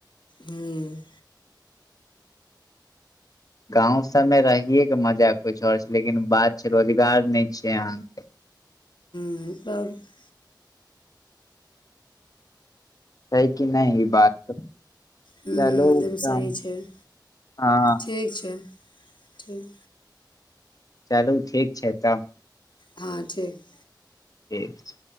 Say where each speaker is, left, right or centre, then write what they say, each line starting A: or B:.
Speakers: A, on the left; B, on the left.
A: हूँ
B: गाँंव सबमे रहिेये के मजा कुछ आओर छैय लेकिन बात छैय रोजगार नै छैय अहाँके।
A: अ त <unintelligible>
B: छैय कि नै इ बात।
A: हूँ एकदम
B: चलू तऽ
A: सही
B: हम
A: छैय
B: हँ
A: ठीक छैय ठीक।
B: चलू ठीक छैय तऽ।
A: हँ ठीक।
B: ठीक।